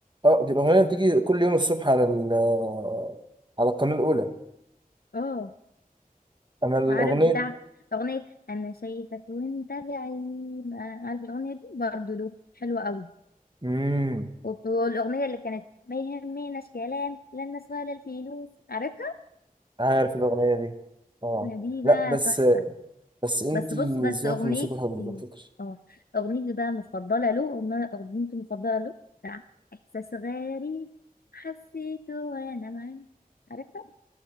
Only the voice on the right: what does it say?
اه دي الاغنيه اللي بتيجي كل يوم الصبح على ال آه، على القناه الاولى
اما الاغنيه
امم
عارف الاغنيه دي طبعا
لا
بس
بس انت
ذوقك
في الموسيقى حلو على فكره